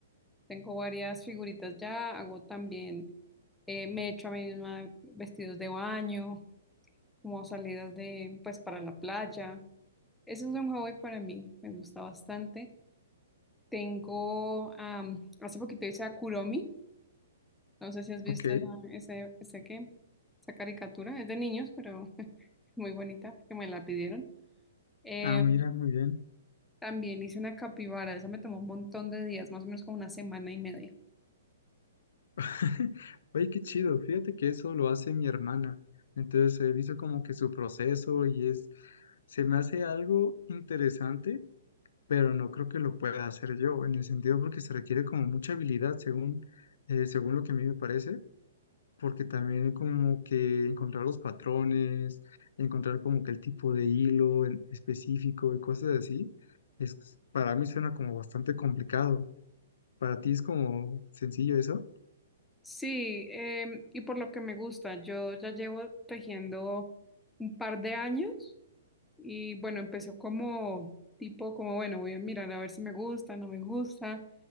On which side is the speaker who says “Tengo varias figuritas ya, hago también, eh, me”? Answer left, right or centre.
Centre